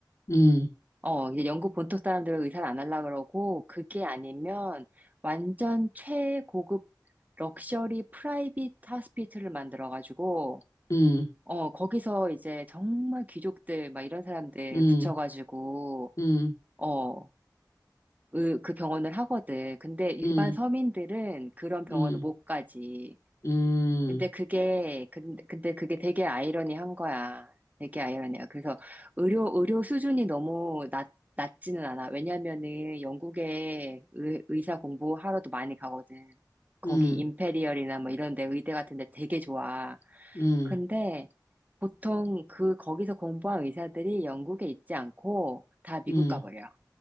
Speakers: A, on the left; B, on the right.
A: 음,
B: 어, 이제 영국 본토 사람들은 의사를 안 하려고 그러고, 그게 아니면 완전 최고급 럭셔리 프라이빗 하스피트를 만들어가지고,
A: 음,
B: 어, 거기서 이제 정말 귀족들, 막 이런 사람들
A: 음,
B: 붙여가지고,
A: 음,
B: 어, 의- 그 병원을 하거든. 근데 일반
A: 음,
B: 서민들은 그런 병원을
A: 음,
B: 못 가지.
A: 음,
B: 근데 그게, 근데, 근데 그게 되게 아이러니한 거야. 되게 아이러니야. 그래서 의료, 의료 수준이 너무 낮, 낮지는 않아. 왜냐면은 영국에 의, 의사 공부하러도 많이 가거든. 거기
A: 음,
B: 임페리얼이나 뭐 이런 데 의대 같은 데 되게 좋아.
A: 음,
B: 근데 보통 그, 거기서 공부한 의사들이 영국에 있지 않고 다 미국
A: 음,
B: 가버려.